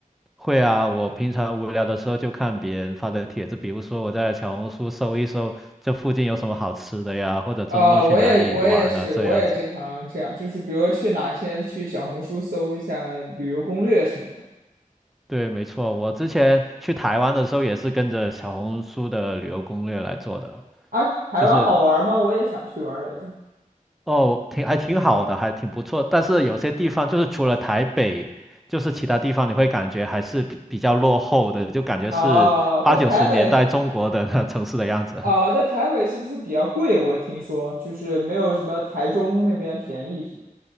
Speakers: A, in the centre; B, on the right.
A: 会啊，我平常无聊的时候就看别人发的帖子，比如说我在小红书搜一搜这附近有什么好吃的呀，或者周末去哪里玩啊，
B: 呃，我也我也是，
A: 这样子。
B: 我也经常这样，就是比如说去哪先去小红书搜一下旅游攻略什么的。
A: 对，没错，我之前去台湾的时候也是跟着小红书的旅游攻略来做的，
B: 啊，台湾好玩吗？
A: 就是
B: 我也想去玩来着。
A: 哦，挺还挺好的，还挺不错。但是有些地方就是除了台北，就是其他地方你会感觉还是比比较落后的，就感觉是八九十年代中国的
B: 啊，但台北
A: <laughs> 城市的样子。
B: 啊，但台北是不是比较贵？我听说就是没有什么台中那边便宜什么的。